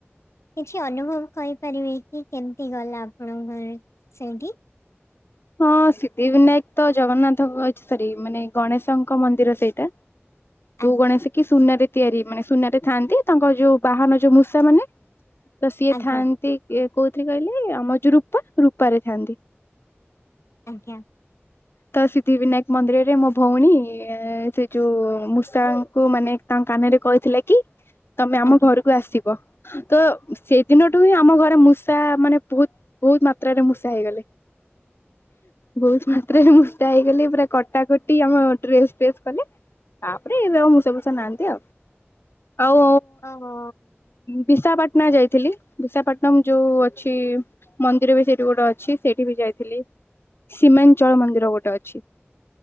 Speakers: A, on the left; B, on the left.
A: କିଛି ଅନୁଭବ କହିପାରିବେ କି କେମିତି ଗଲା ଆପଣଙ୍କର ସେଇଠି?
B: ହଁ ସିଦ୍ଧି ବିନାୟକ ତ ଜଗନ୍ନାଥଙ୍କ ଅ ସରି ମାନେ ଗଣେଶଙ୍କ ମନ୍ଦିର ସେଇଟା।
A: <inaudible>
B: ଯୋଉ ଗଣ ସେ କି ସୁନାରେ ତିଆରି ମାନେ ସୁନାରେ ଥାଆନ୍ତି ତାଙ୍କର ଯୋଉ ବାହାନ ଯୋଉ ମୂଷା ମାନେ। ତ ସିଏ
A: ଆଜ୍ଞା
B: ଥାଆନ୍ତି କୋଉଥିରେ କହିଲେ ଆମର ଯଉ ରୂପା ରୂପାରେ ଥାଆନ୍ତି।
A: ଆଜ୍ଞା।
B: ତ ସିଦ୍ଧି ବିିନାୟକ ମନ୍ଦିରରେ ମୋ ଭଉଣୀ ସେ ଯୋଉ ମୂଷା ଙ୍କୁ ମାନେ ତାଙ୍କ କାନରେ କହିଥିଲା କି ତମେ ଆମ
A: ଆଜ୍ଞା
B: ଘରକୁ ଆସିବ। ତ ସେଇଦିନଠୁ ହିଁ ଆମ ଘରେ ମୂଷା ମାନେ ବହୁତ ବହୁତ ମାତ୍ରାରେ ମୂଷା ହେଇଗଲେ। ବହୁତ <unintelligible> ରେ ମୁଷା ହେଇଗଲି ପୁରା କଟାକଟି ଆମଡ୍ରେସ୍ ଫ୍ରେସ୍ କଲେ। ତାପରେ ଏବେ ଆଉ ମଷା ଫୁଷା ନାହାନ୍ତି ଆଉ ଆଉ।
A: ଓହୋ
B: ବିଶାଖପାଟଣା ଯାଇଥିଲି ବିଶାଖପାଟଣମ ଯୋଉ ଅଛି ମନ୍ଦିର ବି ସେଇଠି ଗୋଟେ ଅଛି ସେଇଠି ବି ଯାଇଥିଲି। ସିମାନ୍ ଚଳ ମନ୍ଦିର ଗୋଟେ ଅଛି।